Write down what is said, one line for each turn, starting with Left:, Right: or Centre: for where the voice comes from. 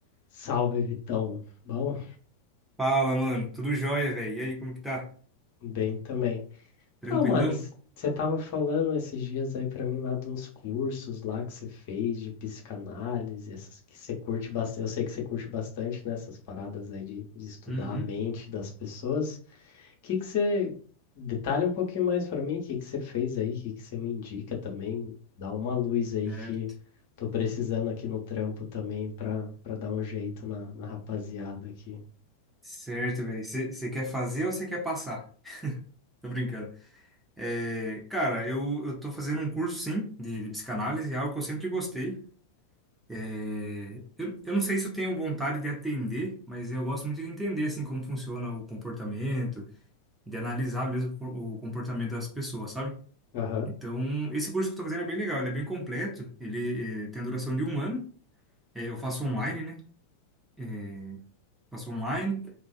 Left: Salve, Vitão. Bom,
Centre: Fala, mano. Tudo jóia, velho. E aí, como que tá?
Left: bem também. Então,
Centre: Tranquilão?
Left: mano, você tava falando esses dias aí pra mim lá de uns cursos lá que você fez de psicanálise, essas que você curte bastante. Eu sei que você curte bastante, né, essas paradas aí de, de estudar
Centre: Uhum,
Left: a mente das pessoas. O que que você detalha um pouquinho mais pra mim? O que que você fez aí? O que que você me indica também? Dá uma luz aí
Centre: certo.
Left: que tô precisando aqui no trampo também pra para dar um jeito na, na rapaziada aqui.
Centre: Certo, velho. Você quer fazer ou você quer passar? Tô brincando. É, cara, eu, eu tô fazendo um curso, sim, de, de psicanálise, é algo que eu sempre gostei. É, eu, eu não sei se eu tenho vontade de atender, mas eu gosto muito de entender, assim, como funciona o comportamento, de analisar mesmo o o comportamento das pessoas, sabe?
Left: Aham,
Centre: Então, esse curso que eu tô fazendo é bem legal, ele é bem completo, ele, eh, tem a duração de um ano, É, eu faço online, né? É, faço online.